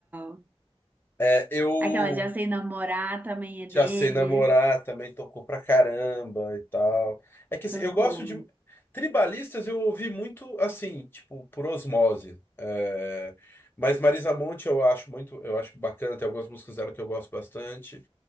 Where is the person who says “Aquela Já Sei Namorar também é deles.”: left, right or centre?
Right